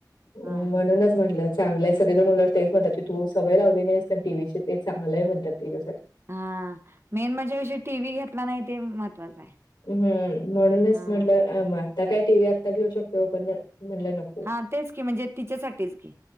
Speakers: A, on the left; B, on the right.
A: म्हणूनच
B: हा हा हां.
A: म्हटलं चांगलंय सगळेजण उलटतेच म्हणतात की तू सवय लावली नाहीस कारण टी व्ही ची ते चांगला आहे म्हणतात त्याच्यासाठी.
B: हा मेन म्हणजे विषय टी व्ही घेतला नाही ते महत्त्वाचं आहे.
A: हम्म म्हणूनच
B: हा
A: म्हटलं आता काय टी व्ही आत्ता घेऊ शकतो पण म्हटलं नको
B: हा तेच की म्हणजे तिच्यासाठीच की